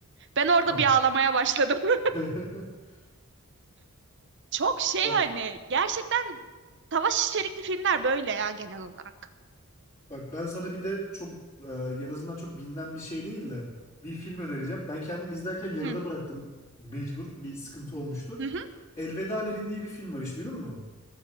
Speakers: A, on the right; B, on the left.
A: Ben orada
B: Ha.
A: bir ağlamaya başladım. <laughs>
B: <laughs>
A: Çok şey
B: Bak
A: hani gerçekten savaş içerikli filmler böyle ya genel olarak.
B: bak ben sana bir de çok e, en azından çok bilinen bir şey değil de bir film önereceğim. Ben kendim izlerken yarıda
A: Hı
B: bıraktım mecbur. Bir sıkıntı olmuştu.
A: hı
B: Elveda Lenin diye bir film var hiç duydun mu?